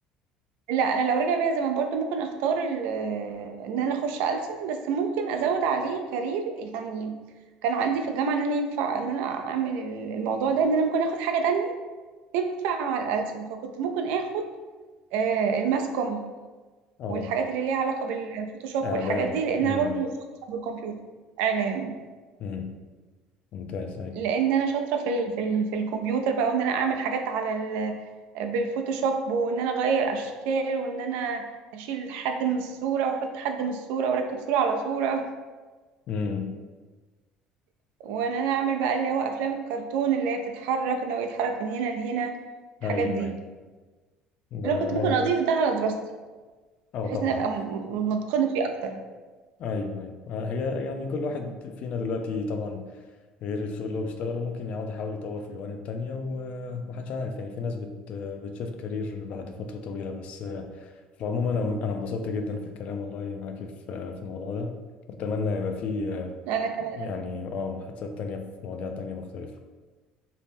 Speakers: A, on the right; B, on the left.
A: لا انا لو رجع بيا زمان برضو ممكن اختار ال- ان انا اخش ألسن بس ممكن ازود عليه كارير يعني كان عندي في الجامعه ان انا ينفع ان انا اعمل الموضوع ده ان انا ممكن اخد حاجه تانية تنفع مع الألسن فكنت ممكن اخد آه، الماس كوم
B: آه
A: والحاجات اللي ليها علاقة بالفوتوشوب
B: إعلام
A: والحاجات دي لان
B: أمم
A: انا برضو شاطرة في الكمبيوتر اعلام
B: أمم ممتاز أيوه
A: لان انا شاطرة في ال في, ال في الكمبيوتر بقى وان انا اعمل حاجات على ال بالفوتوشوب وان انا اغير اشكال وان انا اشيل حد من الصورة واحط حد من الصورة واركب صورة على صورة
B: أمم
A: وان انا اعمل بقى اللي هو افلام الكرتون اللي هي بتتحرك ان هو يتحرك من هنا لهنا الحاجات
B: أيوه
A: دي
B: أيوه ده
A: انا كنت ممكن
B: أيوه
A: اضيف ده على دراستي
B: أه
A: بحيث
B: طبعا
A: ان ابقى م- م- متقنة فيه اكتر
B: أيوه أيوه آه، هي يعني كل واحد فينا دلوقتي طبعا غير الشغل اللي هو بيشتغله ممكن يقعد يحاول يطور في جوانب تانية و- ومحدش عارف يعني في ناس بت بتشفت كارير بعد فترة طويلة بس آه، في العموم أنا أنا انبسطت جدا في الكلام والله معاكي في في الموضوع ده وأتمنى يبقى في آه،
A: انا كمان
B: يعني اه محادثات تانية في مواضيع تانية مختلفة